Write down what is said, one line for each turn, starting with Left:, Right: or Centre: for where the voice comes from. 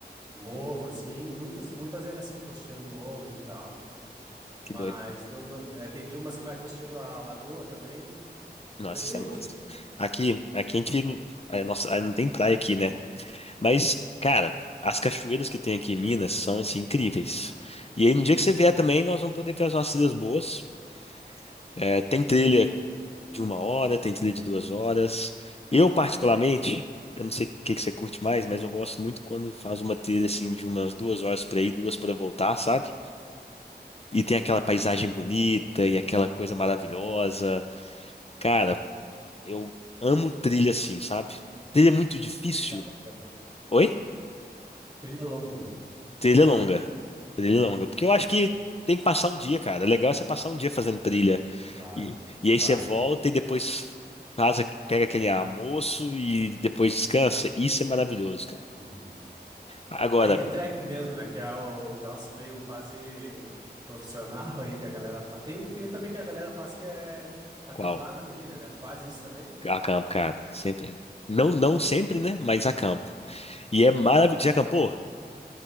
Right: morro, assim. Muitas, muitas é assim, costeando morros e tal.
Left: Que
Right: Mas
Left: doido.
Right: não, não- é, tem umas que vai costeando a lagoa também.
Left: Nossa,
Right: Depende.
Left: isso é massa. Aqui, aqui a gente, não- é, nossa, não tem praia aqui, né? Mas, cara, as cachoeiras que tem aqui em Minas são, assim, incríveis. E aí, no dia que você vier também, nós vamos poder fazer umas trilhas boas. É, tem trilha de uma hora, tem trilha de duas horas. Eu, particularmente, eu não sei o que que você curte mais, mas eu gosto muito quando faz uma trilha assim de umas duas horas para ir, duas para voltar, sabe? E tem aquela paisagem bonita e aquela coisa maravilhosa. Cara, eu amo trilha assim, sabe? Trilha é muito difícil.
Right: Trilha longa.
Left: Oi?
Right: Trilha longa.
Left: Trilha é longa. Trilha é longa. Porque eu acho que tem que passar um dia, cara. É legal é você passar um dia fazendo trilha.
Right: Claro,
Left: E, e aí
Right: claro.
Left: você volta e depois casa, pega aquele almoço e depois descansa. Isso é maravilhoso, cara.
Right: Uhum.
Left: Agora,
Right: Aí é track mesmo, né? Que é o, o troço meio quase profissional aí que a galera faz. Tem, o- tem também que a galera faz que é acampar
Left: qual?
Right: na trilha, né? Tu faz isso também?
Left: Acampo, cara. Sempre. Não, não sempre, né? Mas acampo. E é maravilhoso. Já acampou?